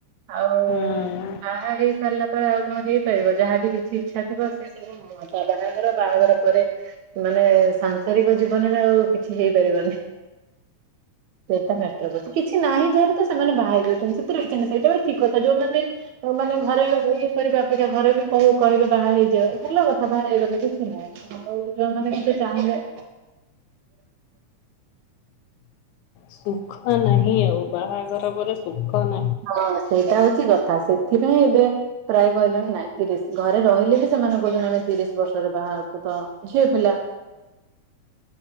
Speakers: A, on the right; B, on the left.
A: ଆଉ
B: ହଁ
A: ବାହା ହେଇ ସାରିଲା ପରେ ଆଉ କଣ ହେଇପାରିବ। ଯାହାବି କିଛି ଇଚ୍ଛା ଥିବ ସେ ସବୁ ହ ହଁ ତା ବାହାଘର ବାହାଘର ପରେ ମାନେ ସାଂସାରିକ ଜୀବନରେ ଆଉ କିଛି ହେଇପାରିବନି। ସେଟ ମାଟର କରୁଚି କିଛି ନାହିଁ ଯାହର ତ ସେମାନେ ବାହା ହେଇ ଯାଉଚନ୍ତି। ରହିଚନ୍ତି ସେଇଟା ବି ଠିକ କଥା ଯୋଉମାନେ ଆଉ ମାନେ ଘରେ ଇଏ କରିବା ଅପେକ୍ଷା ଘରେ ବି କହୁ କହିବେ ବାହା ହେଇଯିବ ଭଲ କଥା ବାହା ହେଇଗଲେ କିଛି ନାହିଁ। ଆଉ ଯୋଉମାନେ କିଛି ଚାହିଁଲେ।
B: ସୁଖ ନାହିଁ ଆଉ। ବାହାଘର ପରେ ସୁଖ ନାହିଁ।
A: ହଁ, ସେଇଟା ହଉଛି କଥା। ସେଥିପାଇଁ ଏବେ ପ୍ରାୟ କହିଲେଣି ନାଇଁ ତିରିଶ। ଘରେ ରହିଲେ ବି ସେମାନେ କହୁଛନ୍ତି ଆମେ ତିରିଶ ବର୍ଷରେ ବାହା ହବୁ ତ ଝିଅ ପିଲା।